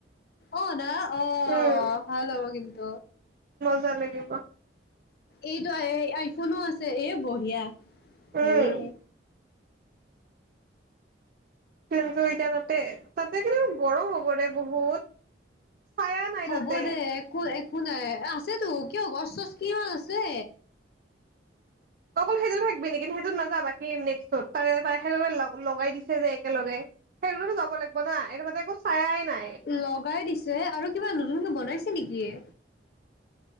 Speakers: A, on the left; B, on the right.
A: অ' না, অ'
B: উম
A: ভাল হ'ব কিন্ত।
B: ভাল লাগিব।
A: এইটো আই আইফোনো আছে এই বঢ়িয়া। দিয়ে,
B: উম কিন্তু এতিয়া তাতে-তাতে কিন্তু গৰম হ'ব দে বহুত। চায়া নাই
A: হ'ব
B: তাতে
A: দে একো-একো। একো নাই আছেতো কিয় গছ-চছ কিমান আছে।
B: অকল সেইটোতে থাকিবি নেকি? সেইটোত নাযাবা বাকী নেক্সটোত। তাৰে-তাৰে সেইতো লগাই দিছে যে একেলগে সেইটোতো যাব লাগিব না এনেকোৱা তাতে একো চায়াই, নাই
A: লগাই দিছে আৰু কিবা নতুনকে বনাইছে। নেকি এ,